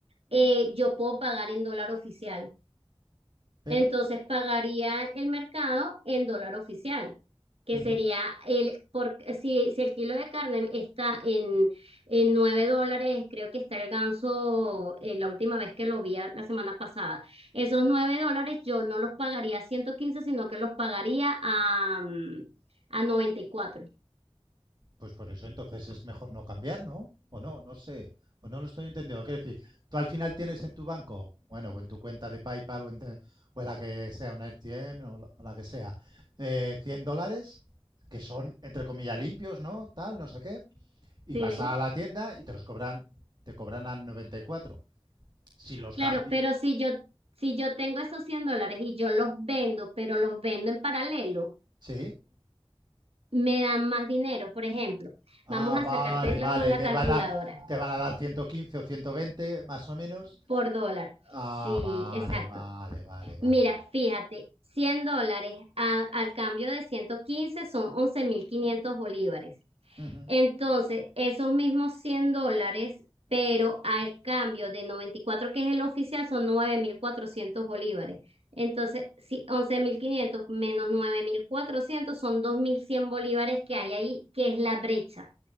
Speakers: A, on the right; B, on the right.
A: eh, yo puedo pagar en dólar oficial.
B: Pero
A: Entonces pagaría el mercado en dólar oficial, que
B: ujú,
A: sería el, por, si, si el kilo de carne está en, en 9 dólares, creo que está el ganso eh, la última vez que lo vi a- la semana pasada. Esos 9 dólares yo no los pagaría a 115 sino que los pagaría a, mm, a noventa y cuatro
B: Pues por eso entonces es mejor no cambiar, ¿no? O no, no sé. O no lo estoy entendiendo. Quiero decir, tú al final tienes en tu banco, bueno, o en tu cuenta de PayPal o en, te- o en la que sea, una RTM o la- o la que sea, eh, 100 dólares, que son, entre comillas, limpios, ¿no? Tal, no sé qué. Y
A: Sí,
B: vas a la tienda y te los cobran, te cobran a 94. Si los
A: claro,
B: cambian.
A: pero si yo, si yo tengo esos 100 dólares y yo los vendo, pero los vendo en paralelo.
B: Sí.
A: me dan más dinero. Por ejemplo,
B: Ah,
A: vamos a
B: vale,
A: sacarte la
B: vale.
A: con la
B: Te
A: calculadora
B: van a, te van a dar 115 o 120 más o menos.
A: por dólar.
B: Ah,
A: Sí,
B: vale,
A: exacto.
B: vale, vale,
A: Mira,
B: vale, vale.
A: fíjate, 100 dólares a- al cambio de 115 son 11.500 bolívares.
B: Ujú.
A: Entonces, esos mismos 100 dólares, pero al cambio de 94 que es el oficial, son 9.400 bolívares. Entonces, si 11.500 menos 9.400 son 2.100 bolívares que hay ahí, que es la brecha.